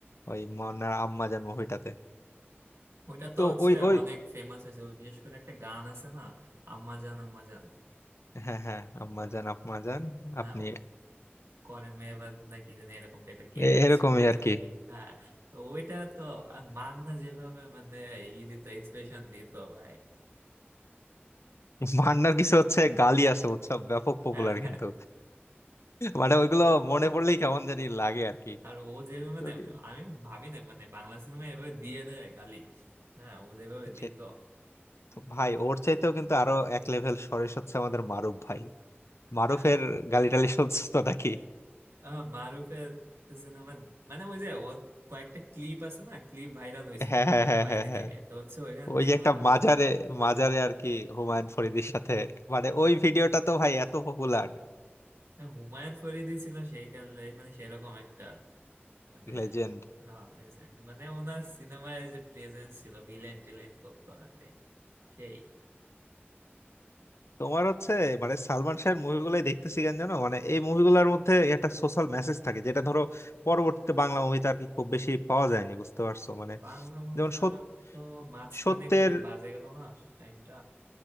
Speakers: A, on the left; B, on the right.
A: ওই মনার আম্মাজান মুভিটাতে
B: ওইটা
A: তো
B: তো হচ্ছে
A: ওই ওই
B: অনেক ফেমাস হয়েছে ওই বিশেষ করে একটা গান আছে না আম্মা জান আম্মা জান
A: হ্যাঁ হ্যাঁ আম্মাজান
B: ওই-
A: আম্মাজান
B: হ্যাঁ
A: আপনি
B: ও করেন মেহবাব নাকি যেন এরকম টাইপের কি
A: এ-
B: একটা
A: এরকমই
B: ছিল
A: আর কি
B: হ্যাঁ তো ওইটা তো আর মান্না যেভাবে মানে ই দিত এক্সপ্রেশন দিত ভাই
A: মান্নার কিছু হচ্ছে গালি আছে উৎসব ব্যাপক পপুলার
B: হ্যাঁ
A: কিন্তু মানে ওইগুলো মনে পড়লেই কেমন জানি লাগে আর কি
B: আর ও যেভাবে মানে
A: যদি
B: আমি ভাবি না মানে বাংলা সিনেমা এভাবে দিয়ে দেয় গালি হ্যাঁ ও যেভাবে
A: সে-
B: দিত
A: ভাই ওর চাইতেও কিন্তু আরো এক লেভেল সরেস হচ্ছে আমাদের মারুফ ভাই মারুফের
B: আহ,
A: গালি টালি শুনছো তো নাকি
B: আহ, মারুফের সিনেমা মানে ওই যে ও কয়েকটা ক্লিপ আছে না ক্লিপ ভাইরাল হয়েছিল
A: হ্যাঁ হ্যাঁ
B: আহ,
A: হ্যাঁ
B: কয়েকদিন
A: হ্যাঁ হ্যাঁ
B: আগে তো হচ্ছে ওইখানে
A: ওই
B: দেখলাম
A: যে একটা মাজারে মাজারে আর কি হুমায়ুন ফরিদির সাথে মানে ওই ভিডিওটা তো ভাই এত পপুলার
B: না, হুমায়ুন ফরিদি ছিল সেই কালে মানে সেরকম একটা মানে
A: লেজেন্ড
B: হ্যাঁ, legend। মানে ওনার সিনেমায় যে প্রেজেন্স ছিল ভিলেন টিলেন করতো আরে সেই
A: তোমার হচ্ছে মানে সালমান শাহের মুভিগুলাই দেখতেছি কেন জানো মানে এই মুভিগুলোর মধ্যে একটা সোশ্যাল মেসেজ থাকে যেটা ধরো পরবর্তীতে বাংলা মুভিতে আর কি খুব বেশি পাওয়া যায়নি বুঝতে পারছো মানে
B: বাংলা মুভি
A: যেমন
B: ধরো
A: সত-
B: তো মাঝখানে
A: সত্যের
B: খুবই বাজে গেল না টাইমটা